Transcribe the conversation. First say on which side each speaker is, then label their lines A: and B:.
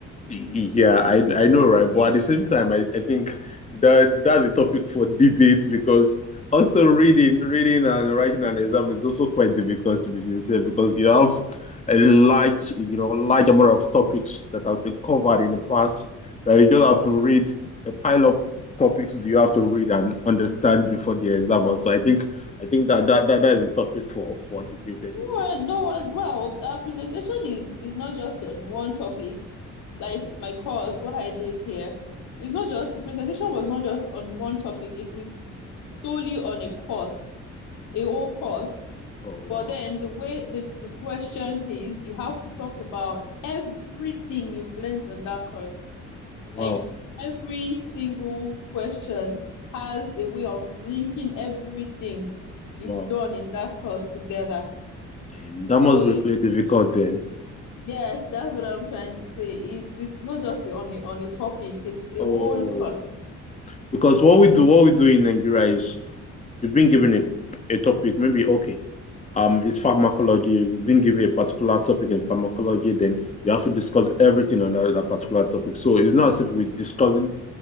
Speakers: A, on the left; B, on the left.
A: Yeah, I I know, right? But at the same time, I, I think that that's a topic for debate because also reading reading and writing an exam is also quite difficult to be sincere because you have a large you know large amount of topics that have been covered in the past that you just have to read a pile of topics that you have to read and understand before the exam. So I think I think that that that, that is a topic for for debate
B: No,
A: anyway.
B: no, as well. Our presentation is is not just on one topic, like my course, what I did here. It's not just the presentation was not just on one topic. It is solely on a course. a whole course.
A: Oh wow,
B: But then the way the, the question is, you have to talk about everything you've learned on that course.
A: wow,
B: Like every single question has a way of linking everything you've
A: wow,
B: done in that course together.
A: and that
B: So
A: must
B: it's
A: be really difficult then.
B: yes, that's what I'm trying to say. It's it's not
A: Uh,
B: just on a, on a topic, it's a
A: Oh,
B: whole course.
A: because what we do, what we do in Nigeria is you've been given a, a topic, maybe okay, um, it's pharmacology. You've been given a particular topic in pharmacology, then you have to discuss everything on that, that particular topic. So it's not as if we're discussing